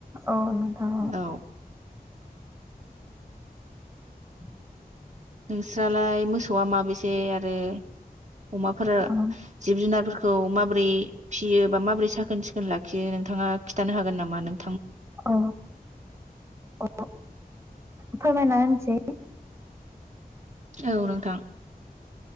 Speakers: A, on the right; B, on the right.
A: औ नोंथां
B: औ।
A: <inaudible>
B: नोंस्रालाय मोसौआ माबेसे आरो अमाफोरा
A: औ
B: जिब जुनारफोरखौ मा माबोरै फियो बा माबोरै साखोन सिखोन लाखियो नोंथाङा खिथानो हागोन नामा नों
A: औ औ फोरमायना होनसै। <inaudible>
B: औ नोंथां।